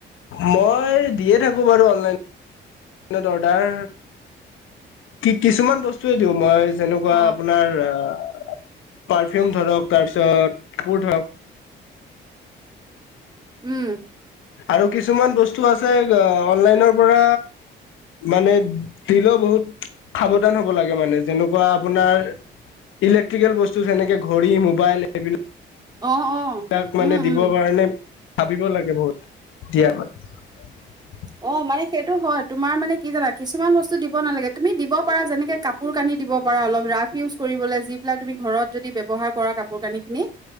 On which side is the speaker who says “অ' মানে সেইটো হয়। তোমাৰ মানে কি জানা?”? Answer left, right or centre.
Right